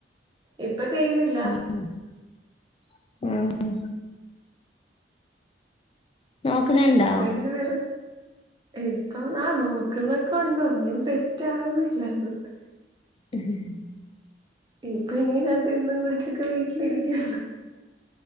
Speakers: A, on the right; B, on the left.
A: ഇപ്പൊ ചെയ്യ്ണില്ല
B: ഉം നോക്കണണ്ടോ
A: ഇപ്പൊ ഇങ്ങനെ വേറെ ഇപ്പം നാ നോക്കുന്നക്കെ ഉണ്ട് ഒന്നും സെറ്റ് ആവുന്നില്ല എന്നങ്ങോട്ട്
B: ഉം
A: ഇപ്പൊ ഇങ്ങനത്ത് ഇന്നും കുടിച്ചൊക്കെ വീട്ടിലിരിക്കാെ